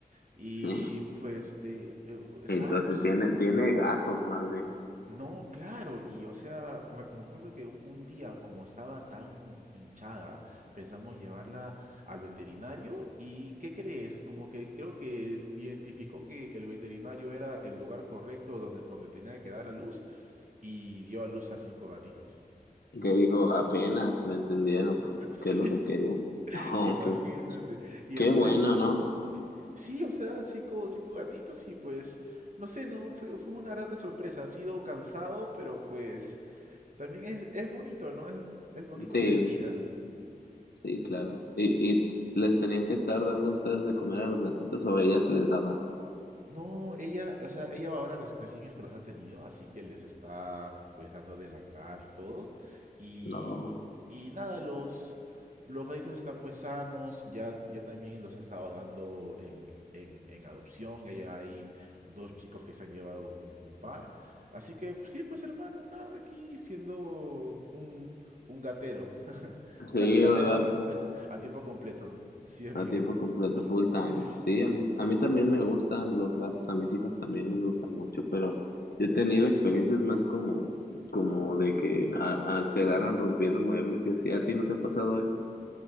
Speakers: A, on the right; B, on the left.
A: Y
B: sí.
A: pues de, eh, estábamos,
B: Entonces tiene, tiene gatos más bien.
A: no, claro, y o sea, me, me acuerdo que un, un día, como estaba tan hinchada, pensamos llevarla al veterinario y ¿qué crees? Como que creo que identificó que el veterinario era el lugar correcto donde, donde tenía que dar a luz y dio a luz a cinco gatitos.
B: Que dijo, apenas me entendieron que,
A: <laughs> Sí,
B: que es lo que quería. <laughs> Oh,
A: imagínate.
B: ok.
A: Y
B: Qué
A: entonces
B: bueno,
A: llegamos,
B: ¿no?
A: sí, sí, o sea, cinco, cinco gatitos y pues, no sé, no, fue, fue una grata sorpresa. Ha sido cansado, pero pues también es, es bonito, ¿no? Es, es bonito
B: Sí.
A: ver vida.
B: Sí, claro. ¿Y, y les tenían que estar dando a ustedes de comer a los gatitos o ellas les daba?
A: No, ella, o sea, ella ahora re- recién es que los ha tenido, así que les está pues dando de lactar y todo. Y,
B: No.
A: y nada, los, los gatitos están pues sanos, ya, ya también los he estado dando en, en, en adopción, ya, ya hay dos chicos que se han llevado un, un par. Así que sí, pues hermano, nada, aquí siendo un, un gatero, <laughs> Gat-
B: Sí,
A: gatero
B: ¿verdad?
A: a, <laughs> a tiempo completo, sí amigo,
B: A tiempo completo, full time.
A: <laughs>
B: Sí, a mí,
A: Full
B: a mí
A: time.
B: también me gustan los gatos, a mis hijas también les gustan mucho, pero yo he tenido experiencias más como, como de que a- a- se agarran rompiendo muebles y así. ¿A ti no te ha pasado eso?